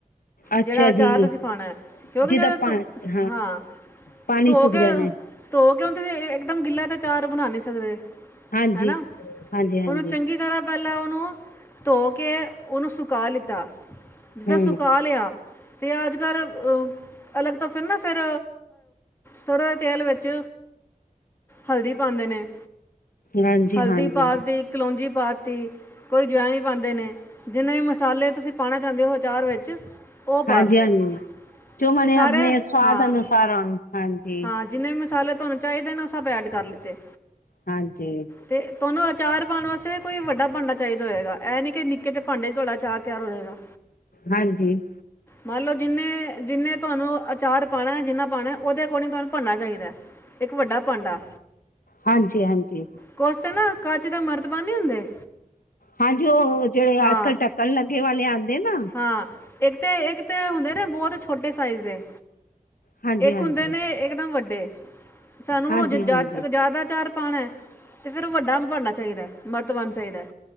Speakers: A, on the left; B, on the left.
A: ਅੱਛਾ
B: ਜਿਹੜਾ ਅਚਾਰ
A: ਜੀ
B: ਤੁਸੀਂ ਪਾਣੈ ਕਿਉਂਕਿ
A: ਜਿਹਦਾ
B: ਜਦੋਂ
A: ਪਾਣੀ
B: ਧੁੱਪ ਹਾਂ
A: ਪਾਣੀ
B: ਤੇ ਧੋ
A: ਸੁੱਕ
B: ਕੇ
A: ਜਾਣਾ
B: ਧੋ ਕੇ ਹੇ ਹੇਕਦਮ ਗਿੱਲੇ ਤੇ ਅਚਾਰ ਬਣਾ ਨੀ ਸਕਦੇ
A: ਹਾਂਜੀ
B: ਹੈਨਾ
A: ਹਾਂਜੀ ਹਾਂਜੀ
B: ਉਹਨੂੰ ਚੰਗੀ ਤਰ੍ਹਾਂ ਪੈਲਾਂ ਉਹਨੂੰ ਧੋ ਕੇ ਉਹਨੂੰ ਸੁਕਾ ਲਿੱਤਾ। ਜਿੱਦਾਂ
A: ਹਮ
B: ਸੁਕਾ ਲਿਆ ਤੇ ਅੱਜ ਕੱਲ ਅਹ ਅਲੱਗ ਤਾਂ ਫਿਰ ਨਾ ਫੇਰ ਸਰ੍ਹੋਂ ਦੇ ਤੇਲ ਵਿੱਚ ਹਲਦੀ ਪਾਂਦੇ ਨੇ,
A: ਹਾਂਜੀ
B: ਹਲਦੀ
A: ਹਾਂਜੀ
B: ਪਾਤੀ ਕਲੋਂਜੀ ਪਾਤੀ ਕੋਈ ਜਵੈਨ ਵੀ ਪਾਂਦੇ ਨੇ ਜਿੰਨੇ ਵੀ ਮਸਾਲੇ ਤੁਸੀਂ ਪਾਣਾ ਚਾਂਦੇ ਹੋ ਅਚਾਰ ਵਿੱਚ ਉਹ ਪਾਤੇ
A: ਹਾਂਜੀ ਹਾਂਜੀ ਜੋ ਹਨੇ
B: ਤੇ ਸਾਰੇ
A: ਆਪਣੇ ਸੁਆਦ
B: ਹਾਂ
A: ਅਨੁਸਾਰ ਹਾਂਜੀ
B: ਹਾਂ ਜਿੰਨੇ ਵੀ ਮਸਾਲੇ ਤੁਹਾਨੂੰ ਚਾਹੀਦੇ ਨੇ ਉਹ ਸਭ ਐਡ ਕਰ ਲਿੱਤੇ
A: ਹਾਂਜੀ
B: ਤੇ ਤੁਹਾਨੂੰ ਅਚਾਰ ਪਾਣ ਵਾਸੇ ਕੋਈੱ ਵੱਡਾ ਭਾਂਡਾ ਚਾਹੀਦਾ ਹੋਏਗਾ ਇਹ ਨਹੀਂ ਕਿ ਨਿੱਕੇ ਜ ਭਾਂਡੇ 'ਚ ਤੁਹਾਡਾ ਅਚਾਰ ਤਿਆਰ ਹੋ ਜਾਏਗਾ।
A: ਹਾਂਜੀ
B: ਮੰਨ ਲੋ ਜਿੰਨੇ ਜਿੰਨੇ ਤੁਵਾਨੂੰ ਚਾਰ ਪਾਣੈ ਜਿੰਨਾ ਪਾਣੈ ਉਹਦੇ ਅਕੋਰਡਿੰਗ ਤੁਹਾਨੂੰ ਭਾਂਡਾ ਚਾਹੀਦੈ ਇੱਕ ਵੱਡਾ ਭਾਂਡਾ
A: ਹਾਂਜੀ ਹਾਂਜੀ
B: ਕੁਛ ਤੇ ਨਾ ਕੱਚ ਦੇ ਮਰਤਬਾਨ ਨਹੀਂ ਹੁੰਦੇ
A: ਹਾਂਜੀ ਉਹ ਜਿਹੜੇ
B: ਹਾਂ
A: ਅੱਜ ਕੱਲ੍ਹ ਢੱਕਣ ਲੱਗੇ ਵਾਲੇ ਆਂਦੇ ਨਾ
B: ਹਾਂ ਏਕ ਤੇ ਏਕ ਤੇ ਹੁੰਦੇ ਨੇ ਬਹੁਤ ਛੋਟੇ ਸਾਈਜ਼ ਦੇ
A: ਹਾਂਜੀ
B: ਇੱਕ
A: ਹਾਂਜੀ
B: ਹੁੰਦੇ ਨੇ ਇੱਕ ਦਮ ਵੱਡੇ ਸਾਨੂੰ
A: ਹਾਂਜੀ
B: ਜ਼ਿਆਦਾ
A: ਹਾਂਜੀ
B: ਚਾਰ ਪਾਣੈ ਤੇ ਫੇਰ ਉਹ ਵੱਡਾ ਭਾਂਡਾ ਚਾਹੀਦੈ ਮਰਤਬਾਨ ਚਾਹੀਦੈ।